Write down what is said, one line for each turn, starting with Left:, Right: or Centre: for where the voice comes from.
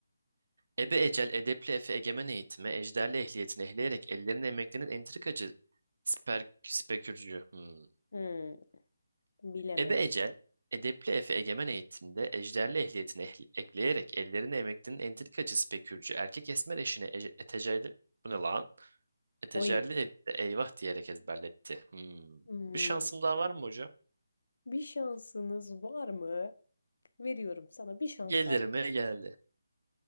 Right: Ebe ecel, edepli efe, egemen eğitime, ejderli ehliyetini ehleyerek ellerin emeklerinin entrikacı sper, spekürcü. Hmm.
Left: Hmm, bilemedim.
Right: Ebe ecel, edepli efe, egemen eğitimde, ejderli ehliyetini ehli- ekleyerek ellerini emeklinin entrikacı spekürcü, erkek esmer eşine ece, etecerli, bu ne lan? Etecerli
Left: Oy.
Right: evde eyvah diyerek ezberletti. Hmm.
Left: Hmm,
Right: Bir şansım daha var mı hocam?
Left: bir şansınız var mı? Veriyorum sana bir şans
Right: Gelir
Left: daha.
Right: mi? Geldi.